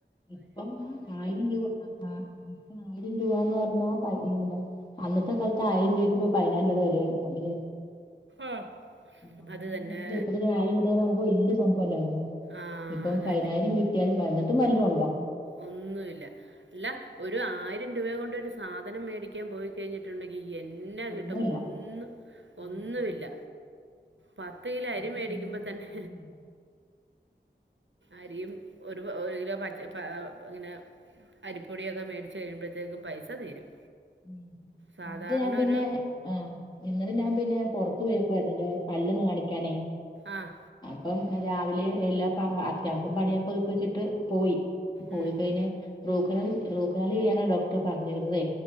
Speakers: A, on the left (about 25°); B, on the right (about 85°).
A: ഇപ്പം ആ ആയിരം രൂപ ആ ആ ഇപ്പം ആയിരം രൂ ബാന്ന് പറഞ്ഞ പ അന്നത്തെ കാലത്ത് ആയിരം രൂപക്ക് ഇപ്പ പയിനായിരം രൂബടെ വെലയൊ ഒണ്ട്
B: ആഹ്
A: നമുക്ക്
B: അത് തന്നെ
A: നമ്മ <unintelligible> നമുക്ക് വലിയ സംഭവം
B: ആഹ്
A: ഇപ്പം
B: അത്
A: പതിനായിരം കിട്ടിയാലും എന്നിട്ടും വല്ലത് ഒണ്ടോ
B: ഒന്നു ഇല്ല ഇല്ല ഒരു ആയിരം രൂപേ കൊണ്ട് ഒരു സാധനം മേടിക്കാൻ പോയി കഴിഞ്ഞിട്ടുണ്ടെങ്കി എന്ന
A: ഒന്നുമില്ല
B: കിട്ടും ഒന്നും ഒന്നുമില്ല
A: ആഹ്
B: പത്ത് കിലൊ അരി
A: അതന്നെ
B: മേടിക്കുമ്പ തന്നെ
A: മൂല്യമില്ല
B: അരിയും ഒരു ഒരു കിലോ പച്ച പ ഇങ്ങനെ അരിപ്പൊടിയൊക്കെ മേടിച്ച് കഴിയുമ്പഴത്തേക്കും പൈസ തീരും
A: ഇം
B: സാധാരണ
A: ഇന്നലെ ഞാൻ പിന്നെ
B: ഒരു
A: ആ ഇന്നലെ ഞാൻ പിന്നെ പൊറത്ത് പോയേക്കുവാർന്നു എന്റെ പല്ലൊന്ന് കാണിക്കാനെ
B: ആഹ്
A: അപ്പം രാവിലെ എല്ലാ പ അത്യാവശ്യം പണിയൊക്കെ ഒതുക്കി വെച്ചിട്ട് പോയി പോയി
B: ഉം.
A: കഴിഞ്ഞ്. റൂകാനാല് റൂക്കനാല് ചെയ്യാന ഡോക്ടർ പറഞ്ഞിരുന്നുന്നതെ.